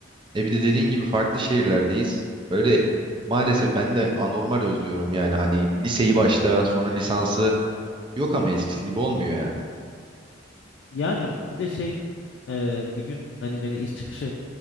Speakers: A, on the right; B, on the left.
A: E bir de dediğin gibi farklı şehirlerdeyiz. Öyle maalesef ben de anormal özlüyorum yani hani liseyi başta sonra lisansı yok ama eskisi gibi olmuyor ya.
B: Yani bir de şey e, bir gün hani beni iş çıkışı